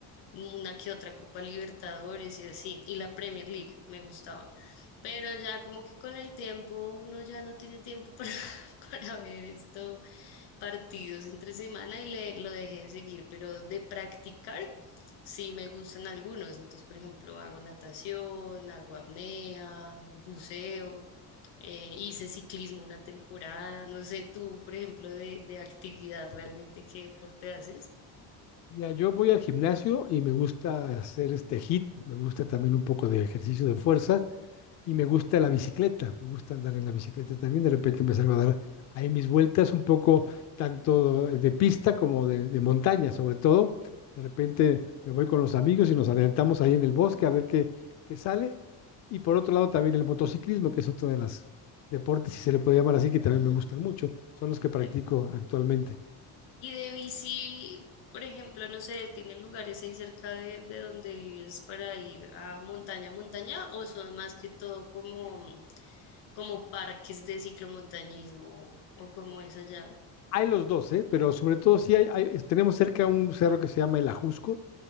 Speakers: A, on the left; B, on the left.
A: una que otra Copa Libertadores y así, y la Premier League me gustaba, pero ya como que con el tiempo uno ya no tiene tiempo para, <laughs> para ver esto partidos entre semana y le, lo dejé de seguir, pero de practicar sí me gustan algunos. Entonces, por ejemplo, hago natación, hago apnea, buceo, eh, hice ciclismo una temporada. No sé tú, por ejemplo, de, de actividad realmente, ¿qué deporte haces?
B: Mira, yo voy al gimnasio y me gusta hacer este hit, me gusta también un poco de ejercicio de fuerza y me gusta la bicicleta, me gusta andar en la bicicleta también. De repente empezar a dar ahí mis vueltas un poco tanto de pista como de, de montaña, sobre todo. De repente me voy con los amigos y nos adelantamos ahí en el bosque a ver qué, qué sale. Y por otro lado también el motociclismo, que es otro de los deportes, si se le puede llamar así, que también
A: Ah,
B: me gustan mucho, son los que practico
A: eh,
B: actualmente.
A: Y de bici, por ejemplo, no sé, ¿tienen lugares ahí cerca de, de donde vives para ir a montaña, montaña o son más que todo como... como parques de ciclomontañismo o, como es allá.
B: Hay los dos, ¿eh? pero sobre todo sí hay, hay- tenemos cerca un cerro que se llama el Ajusco,